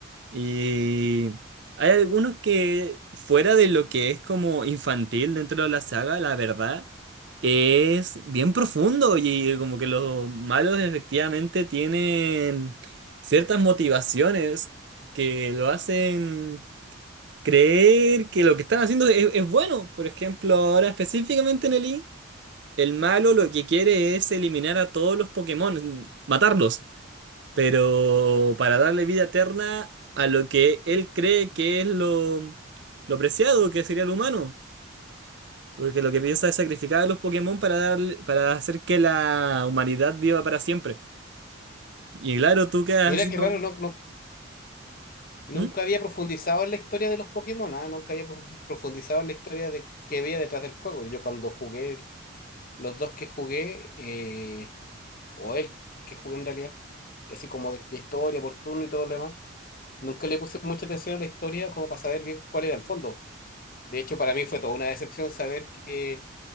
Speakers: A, on the right; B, on the left.
A: Y hay algunos que, fuera de lo que es como infantil dentro de la saga, la verdad, es bien profundo y como que los malos efectivamente tienen ciertas motivaciones que lo hacen creer que lo que están haciendo es, es bueno. Por ejemplo, ahora específicamente en el I, el malo lo que quiere es eliminar a todos los Pokémon, matarlos pero para darle vida eterna a lo que él cree que es lo, lo preciado que sería el humano. Porque lo que piensa es sacrificar a los Pokémon para darle, para hacer que la humanidad viva para siempre. Y claro, tú quedas
B: Mira
A: así
B: qué
A: como...
B: raro, no, no, nunca
A: "¿Mm?
B: había profundizado en la historia de los Pokémon, ah, Nunca había prof- profundizado en la historia de que había detrás del juego. Yo cuando jugué, los dos que jugué, eh, o el que jugué en realidad, que así como de, de historia, por turno y todo lo demás, nunca le puse mucha atención a la historia como para saber bien cuál era el fondo. De hecho, para mí fue toda una decepción saber que